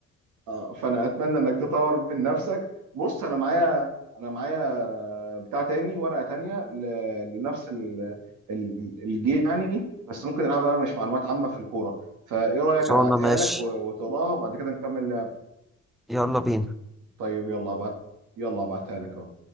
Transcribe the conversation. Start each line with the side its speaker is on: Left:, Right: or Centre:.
Right: آه، فانا اتمنى انك تطور من نفسك بص انا معايا انا معايا بتاع تاني ورقه تانيه ل- لنفس ال- ال- الجيم يعني بس ممكن نلعبها بقى مش معلومات عامه في الكوره فايه رايك
Centre: صورنا
Right: ابعتها
Centre: ماشي
Right: لك و- وتقراها وبعد كده نكمل لعب
Centre: يلا بينا
Right: طيب يلا ابعت يلا ابعتها لك اهو